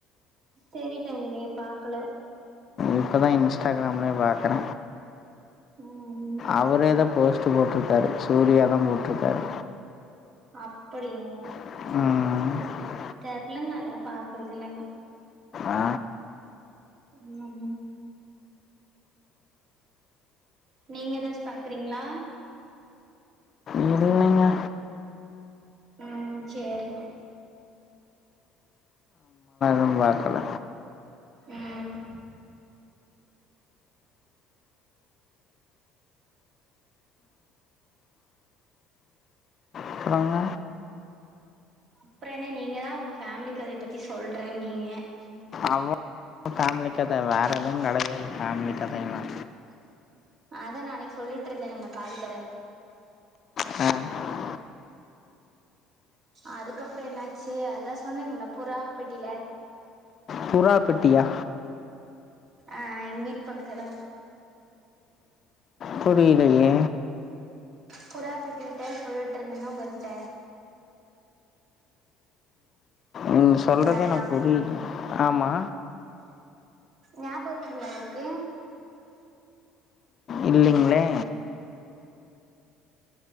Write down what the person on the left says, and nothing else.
இப்ப தா இன்ஸ்டாகிராம்லே பாக்கற
அவரேதா போஸ்ட்டு போட்ருக்காரு சூர்யாதா போட்ருக்காரு
ம்
ஆ,
இல்லங்க
ம் வாக்கல
அப்றோங்க
அவன் ஃபேமிலி கத வேற எதுங்கடயாது ஃபேமிலி கதங்க தா
அ
புறா பெட்டியா
புரிலயே
ம் சொல்றதே
எனக்கு புரில்ல ஆமா
இல்லிங்ளே